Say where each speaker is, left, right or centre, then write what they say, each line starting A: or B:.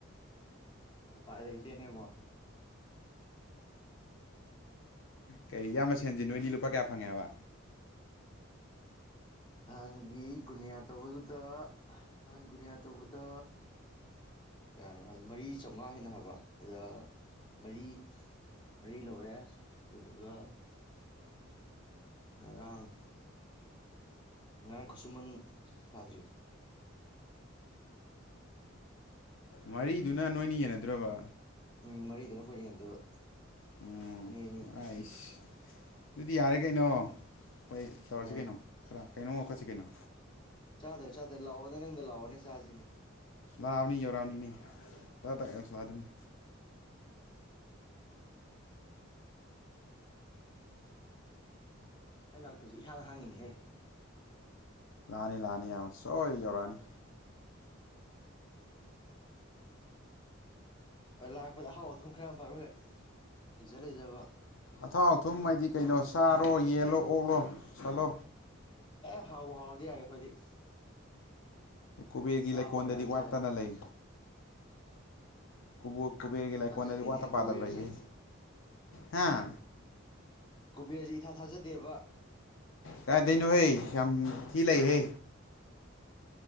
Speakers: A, on the left (about 25°); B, on the left (about 65°).
A: ꯎꯄꯥꯏ ꯂꯩꯇꯦ ꯅꯦꯕꯣ
B: ꯀꯩ ꯏꯌꯥꯝꯕ ꯁꯦꯟꯁꯤꯟ ꯅꯣꯏꯅꯤ ꯂꯨꯄꯥ ꯀꯌꯥ ꯐꯪꯉꯦ ꯍꯥꯏꯕ
A: ꯅꯍꯥꯟꯒꯤ ꯒꯨꯅꯤꯌꯥ ꯇꯧꯕꯗꯨꯗ ꯅꯍꯥꯟ ꯒꯨꯅꯤꯌꯥ ꯇꯧꯕꯗ ꯀꯌꯥꯅꯣ ꯍꯥꯏꯕꯗ ꯃꯔꯤ ꯆꯥꯝꯃꯉꯥ ꯍꯦꯟꯅ ꯍꯥꯏꯕ ꯑꯗꯨꯗ ꯃꯔꯤ ꯃꯔꯤ ꯂꯧꯔꯦ ꯑꯗꯨꯗꯨꯒ ꯉꯔꯥꯡ ꯉꯔꯥꯡ ꯈꯨꯠꯁꯨꯃꯟ ꯊꯥꯗ꯭ꯔꯤ
B: ꯃꯔꯤꯗꯨꯅ ꯅꯣꯏꯅꯤ ꯌꯦꯅꯗꯨꯔꯕ
A: ꯎꯝ ꯃꯔꯤꯗꯨꯅ ꯑꯩꯈꯣꯏꯅꯤ ꯌꯦꯟꯅꯗꯣꯏꯕ
B: ꯎꯝ
A: ꯑꯅꯤ ꯑꯅꯤ
B: ꯑꯩꯁ ꯑꯗꯨꯗꯤ ꯌꯥꯔꯦ ꯀꯩꯅꯣ ꯍꯣꯏ ꯇꯧꯔꯁꯤ
A: ꯑꯦ
B: ꯀꯩꯅꯣ ꯈꯔ ꯀꯩꯅꯣꯝ ꯁꯤ ꯀꯩꯅꯣ
A: ꯆꯥꯗꯣꯏꯅꯦ ꯆꯥꯗꯣꯏꯅꯦ ꯂꯥꯛꯑꯣꯅꯦ ꯅꯪꯗ ꯂꯥꯛꯑꯣꯅꯦ ꯆꯥꯖꯤꯅꯦ
B: ꯂꯥꯑꯕꯅꯤ ꯌꯧꯔꯥꯝꯅꯤꯅꯦ ꯄꯇ ꯄꯇ ꯌꯧꯁꯜꯂꯥꯗꯕꯅꯤ
A: ꯑꯩ ꯂꯥꯛꯇꯕꯁꯦ ꯏꯍꯥꯡ ꯍꯥꯡꯉꯤꯅꯦꯍꯦ
B: ꯂꯥꯛꯑꯅꯤ ꯂꯥꯛꯑꯅꯤ ꯌꯥꯝ ꯁꯣꯏ ꯌꯧꯔꯛꯑꯅꯤ
A: ꯍꯣꯏ ꯂꯥꯛꯄꯗ ꯑꯍꯥꯎ ꯑꯊꯨꯝ ꯈ꯭ꯔ ꯌꯥꯝ ꯄꯥꯏꯔꯛꯎ ꯍꯦꯛ ꯂꯩꯖ ꯂꯩꯖꯕ
B: ꯑꯊꯥꯎ ꯑꯊꯨꯝ ꯍꯥꯏꯗꯤ ꯀꯩꯅꯣ ꯁꯥꯕ ꯌꯦꯜꯂꯣ ꯑꯣꯛꯂꯣ ꯁꯜꯂꯣ
A: ꯑꯦ ꯍꯥꯎꯕꯨ ꯍꯥꯎꯔꯗꯤ ꯌꯥꯔꯦ ꯑꯩꯈꯣꯏꯗꯤ
B: ꯀꯣꯕꯦꯔꯒꯤ
A: ꯆꯥꯕꯕꯨ
B: ꯂꯩꯀꯣꯜꯗꯗꯤ
A: ꯌꯥꯔꯗꯤ
B: ꯋꯥꯠꯇꯅ
A: ꯌꯥꯔꯦ
B: ꯂꯩ ꯀꯨꯕꯣꯛ ꯀꯨꯕꯦꯔꯒꯤ ꯂꯩꯥꯏꯀꯣꯜꯗꯗꯤ
A: ꯊꯥꯖꯗꯦꯅꯦ
B: ꯋꯥꯠꯇ ꯄꯥꯗꯅ
A: ꯀꯨꯕꯦꯔꯁꯦ
B: ꯂꯩꯍꯦ ꯍꯥꯥ
A: ꯀꯨꯕꯦꯔꯁꯦ ꯏꯊꯥ ꯊꯥꯖꯗꯦꯕ
B: ꯀꯥꯏꯗꯩꯅꯣꯍꯦ ꯌꯥꯝ ꯊꯤ ꯂꯩꯍꯦ